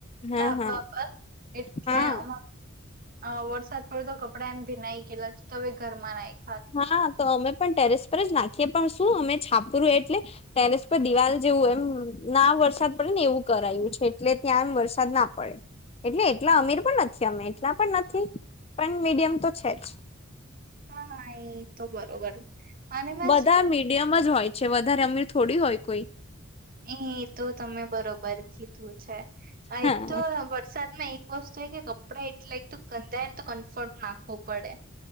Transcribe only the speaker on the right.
ધાબા
પર એટલે
અમા અ વરસાદ પડ્યો તો કપડાં એમ ભીનાઈ ગેલા છે, તો હવે ઘરમાં ના
હા હા એ તો બરોબર અને મેં
શું
એ તો તમે બરોબર કીધું છે, એક
તો વરસાદમાં એક એક વસ્તુ એ કે કપડા એટલા એક તો ગંધાયને તો કમફર્ટ નાખવો પડે